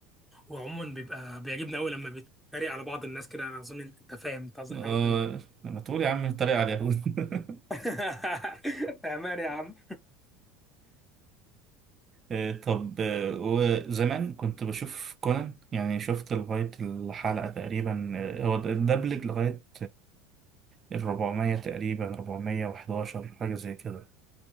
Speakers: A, in the centre; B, on the right.
A: هو عموما بيبقى بيعجبني قوي لما بيتريق على بعض الناس كده انا اظن انت فاهم انت قصد-
B: آه،
A: أنا قصدي مين
B: انا طول يا عم الطريق على اليهود <laughs>
A: <laughs> بأمانة يا عم
B: آه، طب آه، وزمان كنت بشوف كونان يعني شفت لغاية الحلقة تقريبا آه، هو الدبلج لغاية الربعمية تقريبا ربعمية وحداشر حاجة زي كده